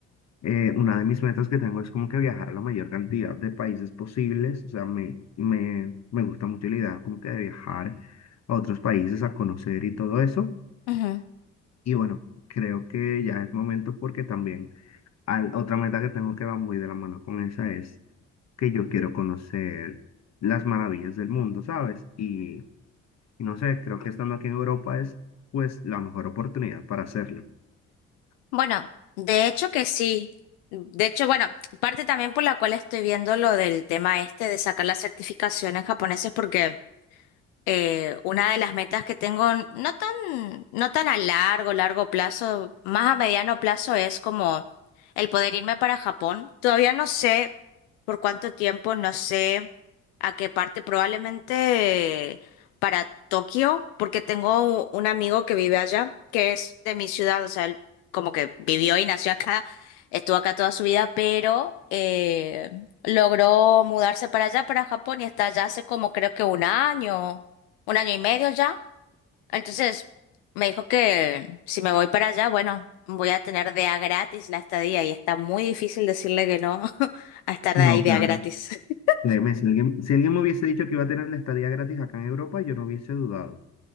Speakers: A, on the left; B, on the left.
A: eh, una de mis metas que tengo es como que viajar a la mayor cantidad de países posibles. O sea, me, me, me gusta mucho la idea como que de viajar a otros países a conocer y todo eso.
B: Ujú.
A: Y bueno, creo que ya es momento porque también al- otra meta que tengo que va muy de la mano con esa es que yo quiero conocer las maravillas del mundo, ¿sabes? Y, y no sé, creo que estando aquí en Europa es pues la mejor oportunidad para hacerlo.
B: Bueno, de hecho que sí. De hecho, bueno, parte también por la cual estoy viendo lo del tema este de sacar la certificación en japonés es porque eh, una de las metas que tengo, no tan, no tan a largo, largo plazo, más a mediano plazo es como el poder irme para Japón. Todavía no sé por cuánto tiempo, no sé a qué parte, probablemente para Tokio, porque tengo un amigo que vive allá, que es de mi ciudad, o sea, él como que vivió y nació acá, estuvo acá toda su vida, pero... eh, logró mudarse para allá, para Japón, y está allá hace como creo que un año un año y medio ya. Entonces me dijo que si me voy para allá, bueno, voy a tener de a gratis la estadía y está muy difícil decirle que no <laughs> a estar
A: No,
B: de ahí
A: claro.
B: de a gratis. <laughs>
A: Créeme, si alguien, si alguien me hubiese dicho que iba a tener la estadía gratis acá en Europa, yo no hubiese dudado.